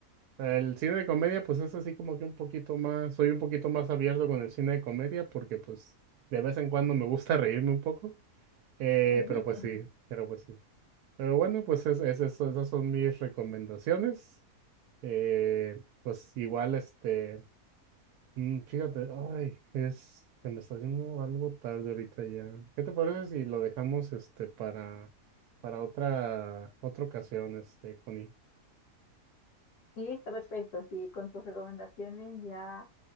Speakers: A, on the right (about 80°); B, on the left (about 85°).
A: El cine de comedia, pues es así como que un poquito más, soy un poquito más abierto con el cine de comedia porque pues de vez en cuando me gusta reírme un poco, eh,
B: <laughs>
A: pero pues sí, pero pues sí. Pero bueno, pues es, es eso, esas son mis recomendaciones. Eh, pues igual este... Mm, Fíjate, ay, es, se me está haciendo algo tarde ahorita ya. ¿Qué te parece si lo dejamos este para, para otra, otra ocasión, este, Connie?
B: Sí, está perfecto. Sí, con tus recomendaciones ya